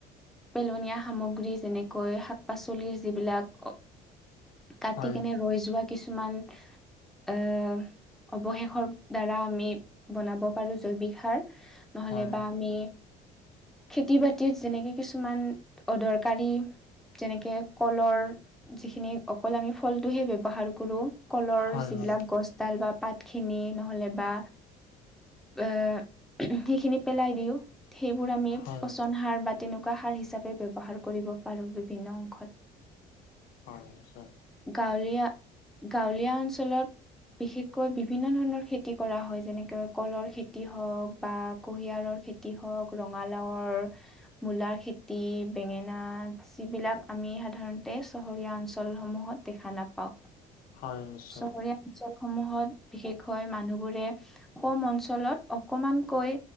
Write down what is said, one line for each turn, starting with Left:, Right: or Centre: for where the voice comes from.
Centre: পেলনীয়া সামগ্ৰী যেনেকৈ শাক পাচলিৰ যিবিলাক অ কাটি
Left: হয়
Centre: কেনে ৰৈ যোৱা কিছুমান এ অৱশেষৰ দ্বাৰা আমি বনাব পাৰো জৈৱিক সাৰ নহলে
Left: হয়
Centre: বা আমি খেতি-বাতিত যেনেকে কিছুমান অদৰকাৰী যেনেকে কলৰ, যিখিনি অকল আমি ফলটোহে ব্যৱহাৰ কৰোঁ। কলৰ
Left: হয়
Centre: যিবিলাক
Left: হয়
Centre: গছডাল বা পাতখিনি নহ'লে বা এ সিখিনি পেলাই দিওঁ, সেইবোৰ আমি
Left: হয়
Centre: পচন সা সাৰ বা তেনেকুৱা সাৰ হিচাপে ব্যৱহাৰ কৰিব পাৰো বিভিন্ন অংশত
Left: হয় হয়
Centre: গাঁৱলীয়া গাঁৱলীয়া অঞ্চলত বিশেষকৈ বিভিন্ন ধৰণৰ খেতি কৰা হয়। যেনেকৈ কলৰ খেতি হওঁক বা কুঁহিয়াৰৰ খেতি হওঁক, ৰঙালাওৰ, মূলা খেতি, বেঙেনা যিবিলাক আমি সাধাৰণতে চহৰীয়া অঞ্চলসমূহত দেখা নাপাওঁ,
Left: হয় নিশ্চয়
Centre: চহৰীয়া অঞ্চলসমূহত বিশেষকৈ মানুহবোৰে কম অঞ্চলত অকমানকৈ